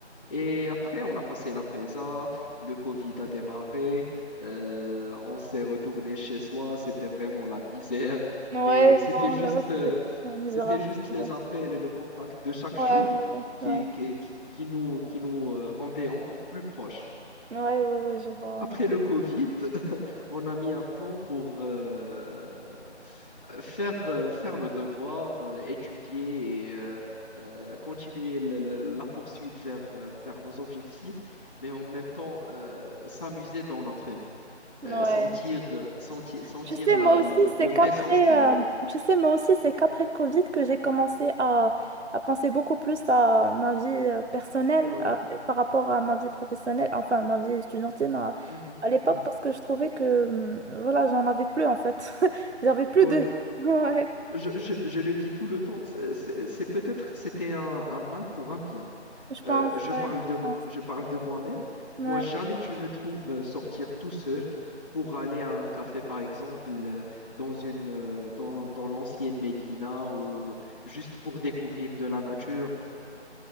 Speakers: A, on the left; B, on the right.
A: Et après, on a passé la PESA, le Covid a démarré, euh, on s'est retourné chez soi, c'était vraiment la misère,
B: Ouais,
A: mais c'était
B: non,
A: juste,
B: là-bas, c'était
A: euh,
B: tellement misérable,
A: c'était juste
B: c'est
A: les
B: vrai.
A: appels et le contact de chaque
B: Ouais,
A: jour
B: ouais,
A: qui,
B: ouais.
A: qui, qui, qui nous, qui nous euh, rendaient encore plus proches.
B: Ouais, ouais, ouais, je vois.
A: Après le Covid, on a mis un plan pour euh, faire, euh, faire nos devoirs, euh, étudier et euh, euh, continuer le- le- la poursuite vers, euh, vers nos objectifs, mais en même temps euh, s'amuser dans notre vie,
B: Ouais.
A: Euh,
B: Ouais.
A: sentir, euh, sentir, sentir
B: Tu sais,
A: la-
B: moi aussi,
A: le
B: c'est qu'après,
A: vrai sens de la vie.
B: euh, tu sais, moi aussi, c'est qu'après le Covid que j'ai commencé à, à penser beaucoup plus à ma vie euh, personnelle
A: Oui.
B: à- par rapport à ma vie professionnelle, enfin, ma vie étudiantine à,
A: Mhm.
B: à l'époque,
A: Mhm.
B: parce que je trouvais que, hum, voilà, j'en avais plus, en fait. <laughs> J'avais plus
A: Ouais.
B: de vie. <laughs> Ouais,
A: Je, je- je le dis tout le temps, c'est c'est- c'est peut-être c'était un un mal pour un bien.
B: je pense,
A: Euh, je
B: ouais,
A: parle
B: je
A: de, m-
B: pense.
A: je parle de moi-même.
B: Ouais.
A: Moi, jamais tu me trouves euh, sortir tout seul pour aller à un café, par exemple, euh, dans une, euh, dans, dans l'ancienne Médina ou juste pour découvrir de la nature.